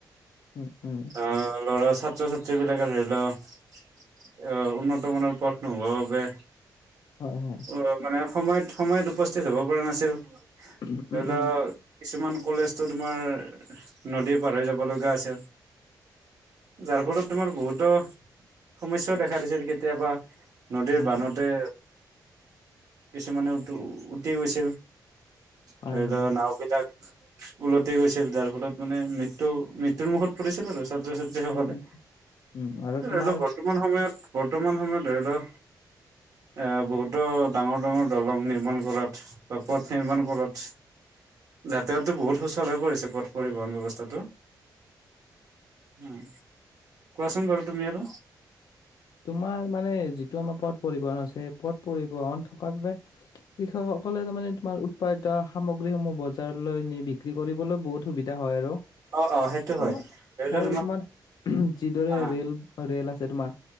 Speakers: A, on the left; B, on the right.
A: উম, উম।
B: অ লৰা ছাত্ৰ ছাত্ৰীবিলাকে ধৰি লওক উন্নতমানৰ পথ নোহোৱাৰ বাবে
A: হয়, হয়।
B: অ মানে সময়ত সময়ত উপস্থিত হব পৰা নাছিল
A: উম
B: ধৰি লোৱা
A: উম
B: কিছুমান কলেজতো তোমাৰ নদীৰ পাৰৰি যাব লগা আছে যাৰ ফলত তোমাৰ বহুতো সমস্যয়াও দেখা দিছিল কেতিয়াবা নদীৰ
A: উম,
B: বান্ধোতেতে
A: উম।
B: কিছুমানে উ উটি গৈছিল
A: হয়,
B: ধৰি লও
A: হয়।
B: নাওবিলাক ওলটি গৈছিল যাৰ ফলত মানে মৃত্যু মৃত্যুৰ মুখত ফুৰিছিল আৰু ছাত্ৰ ছাত্ৰীসকলে
A: উম, উম। উম, আৰু
B: ধৰি
A: তোমাৰ
B: লও বৰ্তমান সময়ত বৰ্তমান সময়ত ধৰি লও এ বহুতো ডাঙৰ ডাঙৰ দলং নিৰ্মাণ কৰাত বা পথ নিৰ্মাণ কৰাত যাতায়াততো বহুত সুচল হৈ পৰিছে পথ পৰিবহণ ব্যৱস্থাটো উ কোৱাচোন বাৰ তুমি আৰু
A: তোমাৰ মানে যিটো আমাৰ পথ পৰিবহন আছে সেই পথ পৰিবহন থকাৰ বাবে কৃষক সকলে তাৰমানে তোমাৰ উৎপাদিত সামগ্ৰীসমূহ বজাৰলৈ নি বিক্ৰী কৰিবলৈ বহুত সুবিধা হয় আৰু
B: অ
A: তোমাৰ
B: অ সেইটো হয় ধৰি লোৱা
A: আৰু তোমাৰ যিদৰে
B: আহ
A: ৰেল ৰেল আছে তোমাৰ